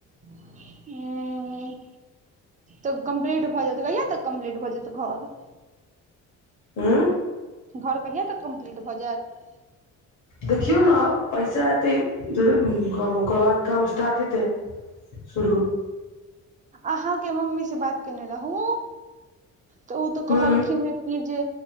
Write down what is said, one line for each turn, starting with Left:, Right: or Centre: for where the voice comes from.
Right: हुँ तऽ कम्पलीट भऽ जेतै कहिया तक कम्पलीट हो जेतै घर
Left: उँ
Right: घर कहिया तक कम्पलीट भऽ जेत
Left: देखियौ न पैसा एतै ओकर बाद काम स्टार्ट हेतै शुरू
Right: अहाँके मम्मी से बात केने रहू तऽ ओ तऽ
Left: हूँ
Right: कहलखिन कि जे